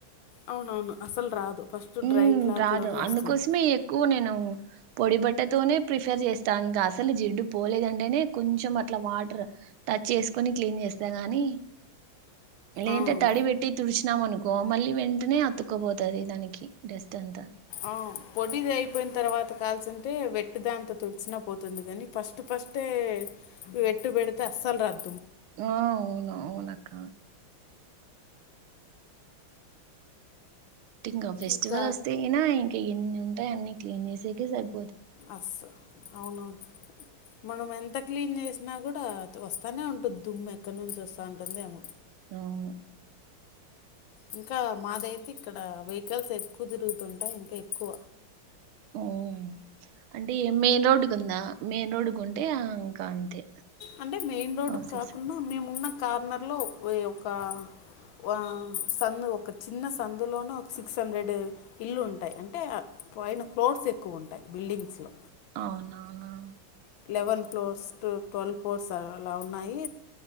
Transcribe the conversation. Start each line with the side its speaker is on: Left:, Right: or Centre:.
Left: అవునవును అసల్ రాదు ఫస్ట్
Right: ఉమ్
Left: డ్రై క్లాత్లోనే
Right: రాదు అందుకోసమే
Left: వస్తుంది
Right: ఎక్కువ నేను పొడి బట్టతోనే ప్రిఫర్ చేస్తా ఇంకా అసలు జిడ్డు పోలేదంటేనే కొంచెం అట్ల వాటర్ టచ్ చేసుకుని క్లీన్ చేస్తా గాని లే
Left: ఆ,
Right: అంటే తడి పెట్టి తుడిచినమను గో మళ్ళీ వెంటనే అతుక్కపోతది దానికి డస్ట్ అంతా
Left: ఆ పొడిది అయిపోయిన తర్వాత కాల్సింటే వెట్ దాంతో తుడిచినా పోతుంది కానీ ఫస్ట్ ఫస్టే వెట్టు పెడితే అస్సలు రాద్
Right: ఆ అవును అవునక్క ఇంకా ఫెస్టివల్
Left: ఇక
Right: వస్తేనా ఇంకా ఎన్ని ఉంటాయి అన్ని క్లీన్ చేసేకే సరి
Left: అస్ అవునను మనం ఎంత క్లీన్ చేసి నా కూడా వస్తనే ఉంటది దుమ్ము ఎక్కడి నుంచి వస్త ఉంటుందేమో
Right: అవును
Left: ఇంకా మాదైతే ఇక్కడ వెహికల్స్ ఎక్కువ తిరుగుతుంటాయి ఇంకా ఎక్కువ
Right: ఉమ్ అంటే మెయిన్ రోడ్డుకి ఉందా, మెయిన్ రోడ్డుకు ఉంటే ఆ ఇంకా అంతే.
Left: అంటే మెయిన్ రోడ్
Right: ప్రాసెస్
Left: కాకుండా మేమున్న కార్నర్లో వెయి ఒక్కా వా సందు ఒక చిన్న సందులోన ఒక సిక్స్ హండ్రెడ ఇల్లు ఉంటాయి. అంటే, పైన ఫ్లోర్స్ ఎక్కువ ఉంటాయి బిల్డింగ్స్లో.
Right: అవునవునవును
Left: eleven floors to twelve floors అలా ఉన్నాయీ,